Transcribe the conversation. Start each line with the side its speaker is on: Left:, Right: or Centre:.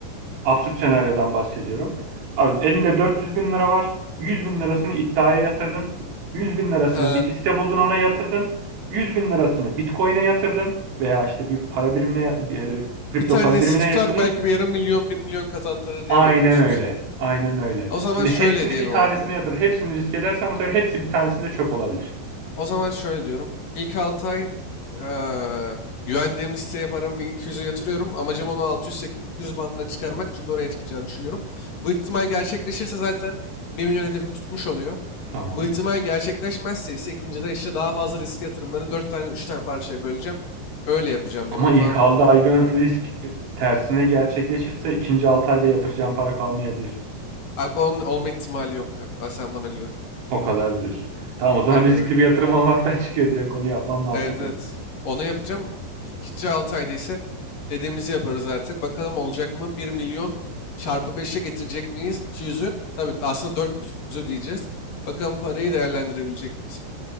Right: Absürt senaryodan bahsediyorum. Abi elinde 400 bin lira var. 100 bin lirasını iddiaya yatırdın. 100 bin lirasını
Left: Ha,
Right: bir hisse buldun ona yatırdın. 100 bin lirasını Bitcoin'e yatırdın. Veya işte bir para birimine, bir, e, kripto
Left: bir tanesi
Right: para birimine
Left: tutar
Right: yatırdın.
Left: belki bir yarım milyon bir milyon kazandırır
Right: Aynen
Left: diye bakıyorsun
Right: öyle.
Left: sen.
Right: Aynen öyle.
Left: O zaman
Right: Şimdi
Left: şöyle
Right: hepsini
Left: diyelim
Right: bir tanesine
Left: abi.
Right: yatır. Hepsini risk edersen bu sefer hepsi bir tanesinde çöp olabilir.
Left: O zaman şöyle diyorum. İlk 6 ay eee güvendiğim hisseye paramı 200'e yatırıyorum. Amacım onu 600-800 bandına çıkarmak çünkü oraya çıkacağını düşünüyorum. Bu ihtimal gerçekleşirse zaten bir milyon hedefim tutmuş oluyor.
Right: Tamam.
Left: Bu ihtimal gerçekleşmezse ise ikincide işte daha fazla riskli yatırımları 4 tane 3 tane parçaya böleceğim. Öyle yapacağım
Right: Ama
Left: diyelim. O
Right: ilk
Left: zaman
Right: aldığı ayda risk tersine gerçekleşirse ikinci 6 ayda yatıracağın para kalmayabilir.
Left: Agon olma ihtimali yok abi. Sen bana güven.
Right: O kadar diyorsun. Tamam o zaman
Left: Aynen
Right: riskli
Left: öyle.
Right: bir yatırım olmaktan <laughs> çıkıyor. Direkt onu yapman mantıklı.
Left: Evet evet. Onu yapacağım. İkinci 6 ayda ise dediğimizi yaparız artık. Bakalım olacak mı? Bir milyon çarpı beşe getirecek miyiz? iki yüzü, Tabii aslında dört yüzü diyeceğiz. Bakalım parayı değerlendirebilecek miyiz?